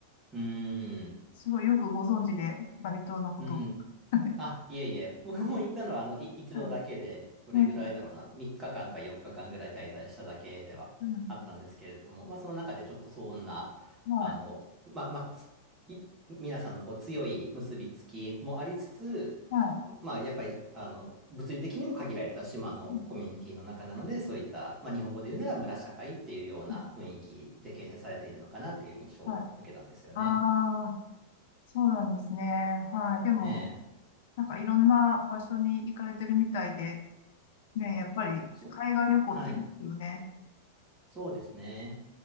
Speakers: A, on the right; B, on the left.
A: うん、うーん。
B: すごいよくご存知で、バリ島のことを。
A: うん。
B: <laughs>
A: あ、いえいえ、<laughs> 僕も行ったのは、
B: は
A: あの、い一度だけで、
B: い
A: どれぐらいだろうな、
B: ね、
A: 3日間か4日間ぐらい滞在しただけではあったんですけれども、
B: うん、
A: まあ、その中でちょっとそんな、
B: は
A: あの、まあ、まあ、つい皆さんのこう強い結びつきもありつつ、
B: い、は
A: まあ、やっぱり、あの、物理的にも限られた島のコミュニティの中なので、
B: い、うん
A: そういった、まあ、日本語で言うなら村社会っていうような雰囲気で形成されているのかなっていう印象を受けたんですよね。
B: うんはい。ああ、そうなんですね。はい。でも、
A: ええ。
B: なんかいろんな場所に行かれてるみたいで、ね、やっぱり海外旅行っていいですよね。
A: そう。はい。そうですね。